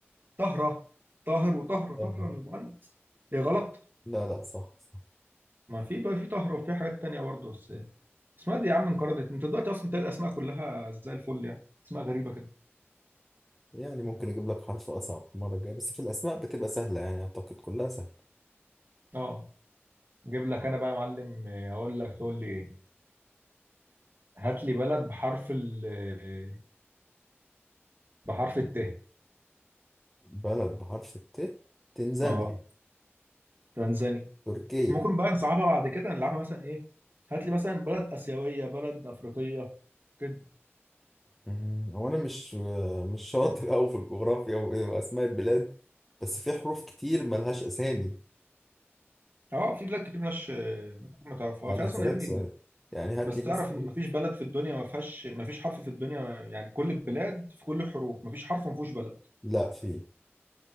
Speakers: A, on the right; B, in the centre.
A: طهرة طاهر وطهرة
B: طاهرة
A: طهرة المؤنث هي غلط
B: لا لا صح صح
A: ما في بقى في طهرة وفي حاجات تانية برضه بس اسمها دي يا عم انقرضت انت دلوقتي اصلا تلاقي الاسماء كلها زي الفل يعني اسماء غريبة كده
B: يعني ممكن اجيب لك حرف اصعب المرة الجاية بس في الاسماء بتبقى سهلة يعني اعتقد كلها سهلة
A: اه نجيب لك انا بقى يا معلم آه، اقول لك تقول لي ايه هات لي بلد بحرف ال آه، بحرف الت
B: بلد بحرف الت تنزانيا
A: اه تنزانيا
B: تركيا
A: ممكن بقى نصعبها بعد كده نلعبها مثلا ايه هات لي مثلا بلد اسيوية بلد افريقية كده
B: مم، هو انا مش مش شاطر أوي في الجغرافيا و- واسماء البلاد بس في حروف كتير ملهاش اسامي
A: اه في بلاد كتير مش ممكن ما تعرفها
B: يعني
A: في اصلا
B: هسألك
A: يا ابني
B: سؤال يعني هات
A: بس
B: لي
A: تعرف
B: مثلا
A: ان مفيش بلد في الدنيا ما فيهاش مفيش حرف في الدنيا يعني كل البلاد في كل الحروف مفيش حرف ما فيهوش بلد
B: لا في